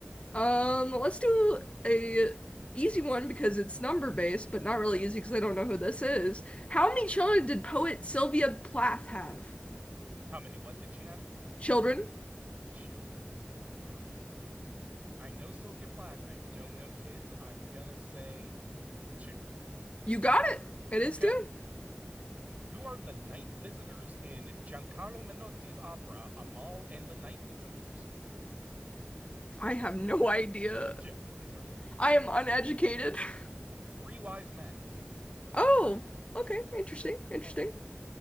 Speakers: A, on the left; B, on the right.
A: Um, let's do a easy one because it's number based, but not really easy because I don't know who this is. How many children did poet Sylvia Plath have?
B: How many what did she have?
A: Children?
B: Children. Oh, I I know Sylvia Plath. I don't know kids. I'm gonna say two.
A: You got it. It
B: Okay.
A: is two.
B: Who are the night visitors in Giancarlo Menotti's opera Amal and the Night Visitors?
A: I have no <laughs> idea.
B: Yeah, me neither.
A: I am uneducated. <laughs>
B: Three wise men.
A: Oh, okay, interesting, interesting.
B: Oh.